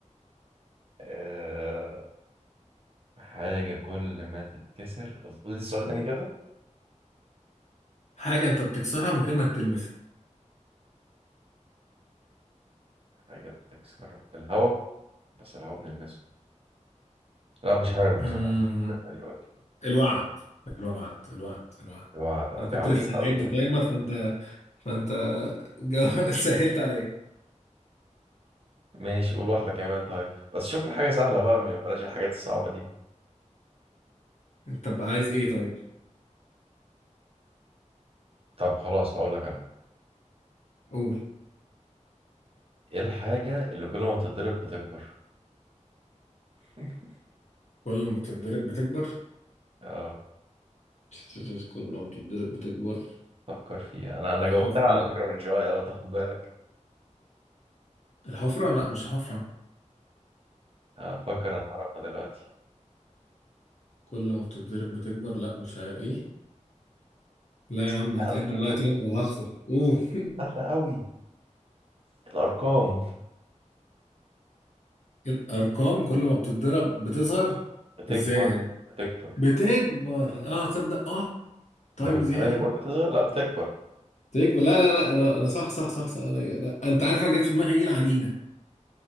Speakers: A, on the right; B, on the left.
A: آه، حاجة كل ما تتكسر قول لي السؤال تاني كده
B: حاجه انت بتكسرها من غير ما بتلمسها
A: حاجة بتكسر الهوا بس الهوا بنلمسه لا مش عارف
B: أمم،
A: بصراحة <laughs> الفكرة دي قولي.
B: الوعد الوعد الوعد الوعد
A: دي
B: انا كنت
A: دي عميقة
B: لسه
A: أوي
B: هعد تايمر فانت فانت جا- <laughs> سهلت عليا
A: ماشي قول واحدة كمان طيب بس شوف لي حاجة سهلة بقى م- بلاش الحاجات الصعبة دي
B: انت بقى عايز ايه طيب
A: طب خلاص هقول لك انا
B: قول
A: ايه الحاجة اللي كل ما بتتضرب بتكبر <laughs>
B: كل ما بتتضرب بتكبر
A: اه
B: <laughs> كل ما بتتضرب بتكبر
A: فكر فيها انا انا
B: الحفره
A: جاوبتها على
B: لا
A: فكرة من شوية لو تاخد بالك
B: الحفره لا مش الحفره
A: هفكر انا هعرفها دلوقتي
B: كل ما بتتضرب بتكبر لا مش ه... ايه لا
A: سهلة
B: يا عم هتعد
A: أوي
B: عليا تاني لو هخسر اوه <laughs>
A: سهلة أوي الأرقام
B: الارقام كل ما بتتضرب بتصغر
A: بتكبر
B: ازاي يعني
A: بتكبر
B: بتكبر اه تصدق اه تايمز
A: أنت كنت
B: يعني
A: عمال بقول بتصغر لا بتكبر
B: بتكبر لا لا لا انا انا صح صح صح صح انا لا. انت عارف انا جت في دماغي ايه العجينه